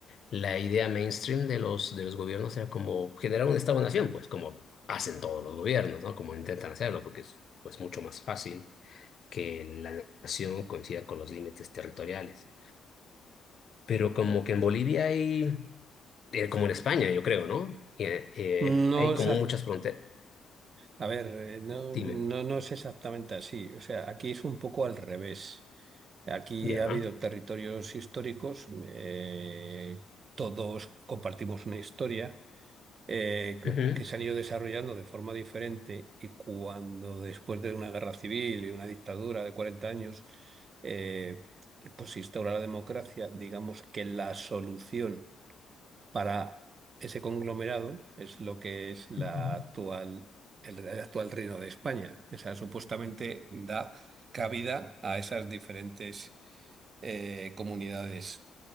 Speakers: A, on the left; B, on the right.
A: la idea mainstream de los, de los gobiernos era como generar un Estado-nación, pues como hacen todos los gobiernos, ¿no? Como intentan hacerlo, porque es pues, mucho más fácil que la nación coincida con los límites territoriales. Pero como que en Bolivia hay, eh, como en España, yo creo, ¿no? Eh, eh,
B: No
A: hay
B: es
A: como muchas fronteras.
B: A ver, eh, no,
A: Dime.
B: no, no es exactamente así. O sea, aquí es un poco al revés. Aquí
A: Ya.
B: ha habido territorios históricos, eh, todos compartimos una historia, eh, que
A: Ujú.
B: que se han ido desarrollando de forma diferente y cuando después de una guerra civil y una dictadura de 40 años, eh, pues se instaura la democracia, digamos que la solución para ese conglomerado es lo que es la
A: Ujú.
B: actual, el, el actual Reino de España. O sea, supuestamente da cabida a esas diferentes eh, comunidades.